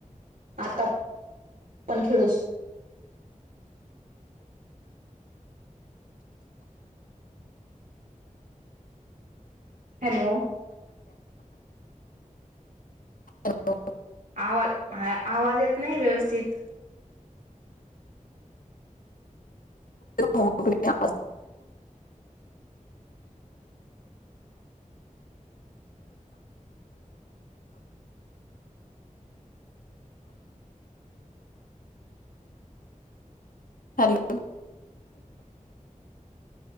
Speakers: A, on the right (about 80°); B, on the left (about 85°).
A: आता आपण खेळूस हॅलो
B: हो
A: आवाज आवाज येत नाही व्यवस्थित
B: हो कोणी
A: म आहे
B: हॅलो